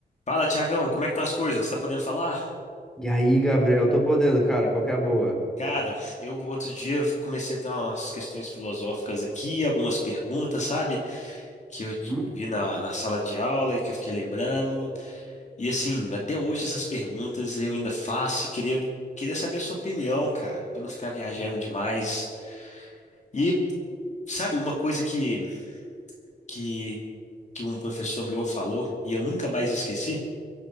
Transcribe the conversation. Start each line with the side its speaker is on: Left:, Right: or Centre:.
Left: Fala, Tiagão, como é que estão as coisas? Tá podendo falar?
Centre: E aí, Gabriel, tô podendo, cara, qual que é a boa?
Left: Cara, eu outro dia comecei a ter umas questões filosóficas aqui, algumas perguntas, sabe? Que eu
Centre: Hum?
Left: vi na, na sala de aula e que eu fiquei lembrando. E assim, até hoje essas perguntas eu ainda faço e queria, queria saber a sua opinião, cara, pra não ficar viajando demais. E sabe, uma coisa que, que, que um professor meu falou e eu nunca mais esqueci